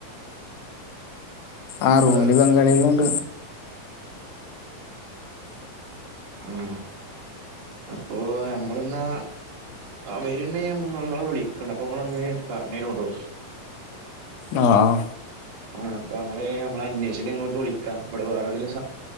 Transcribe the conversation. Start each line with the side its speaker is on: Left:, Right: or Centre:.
Left: ആ
Right: ഇങ്ങള്
Left: റൂമില് ബംഗാളികളും ഉണ്ട്
Right: ആഹാ അപ്പോ നമ്മളെന്നാ വരുണ്ടെങ്കിൽ ഞമ്മള് വിളിക്കണ് അപ്പോ നിങ്ങളൊന്ന് പറഞ്ഞേരോണ്ടു
Left: ആഹാ ആ
Right: ആ അപ്പ നമ്മള് നമ്മളെ അന്വേഷിച്ചിട്ട് നിങ്ങക്ക് വിളിക്കാ ഇവടെ വേറെ എവിടേലും